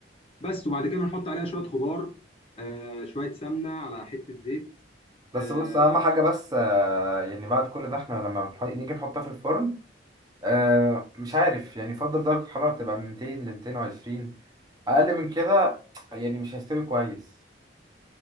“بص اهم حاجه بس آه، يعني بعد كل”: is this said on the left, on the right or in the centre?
Right